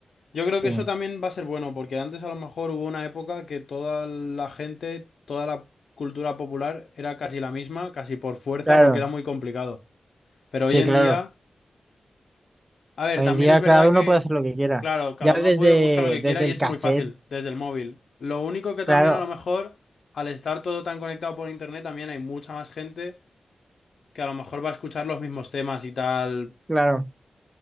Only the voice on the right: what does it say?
Sí,
claro,
sí,
claro.
Hoy
en día
cada
uno
puede hacer lo que quiera.
Ya desde,
desde
el
cassette,
claro,
claro.